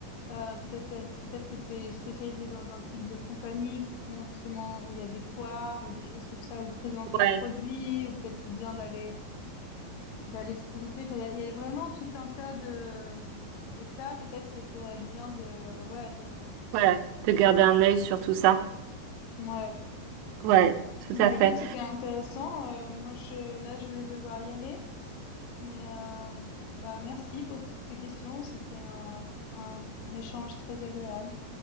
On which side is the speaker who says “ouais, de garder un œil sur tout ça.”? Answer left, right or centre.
Right